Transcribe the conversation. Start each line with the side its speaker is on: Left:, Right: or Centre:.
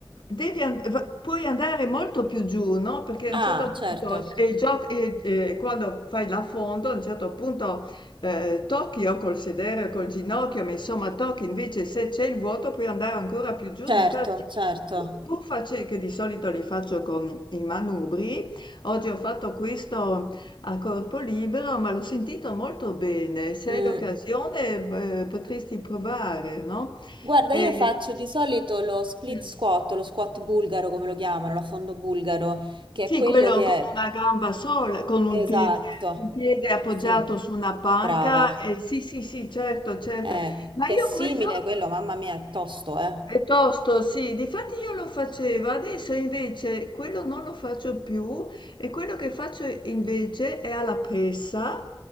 Left: devi an- va- puoi andare molto più giù, no? Perché a
Right: Ah,
Left: un certo punto,
Right: certo,
Left: e il gioco, e- e quando fai l'affondo, a un certo punto eh, tocchi o col sedere o col ginocchio, ma insomma tocchi, invece se c'è il vuoto puoi andare ancora più giù,
Right: certo,
Left: difatti...
Right: certo.
Left: Pur pur face- che di solito li faccio con i i manubri, oggi ho fatto questo a corpo libero, ma l'ho sentito molto bene. Se
Right: Mm.
Left: hai l'occasione, beh, potresti provare, no?
Right: Guarda,
Left: E-
Right: io faccio di solito lo split
Left: Mm.
Right: squat, lo squat bulgaro come lo chiamano, l'affondo bulgaro, che
Left: sì,
Right: è quello
Left: quello
Right: che
Left: con
Right: è...
Left: una gamba sola, con un
Right: Esatto,
Left: piede, un piede appoggiato
Right: sì,
Left: su una panca.
Right: brava.
Left: eh, sì, sì, sì, certo, certo.
Right: Eh,
Left: Ma
Right: che
Left: io
Right: è simile
Left: quello
Right: a quello, mamma mia, è tosto, eh.
Left: Piuttosto, sì, difatti io lo facevo, adesso invece quello non lo faccio più e quello che faccio invece è alla pressa